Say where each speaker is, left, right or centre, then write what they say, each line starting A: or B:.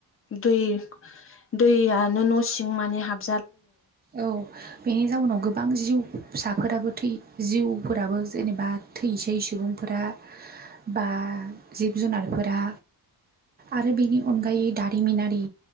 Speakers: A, on the left; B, on the right.
A: दै दैयानो न' सिं मानि हाबोन
B: औ बेनि जाउनाव गोबां जिउ फिसाफोराबो थै जिउफोराबो जेनेबा थैसै सुबुंफोरा बा जिब जुनारफोरा आरो बेनि अनगायै दारिमिनारि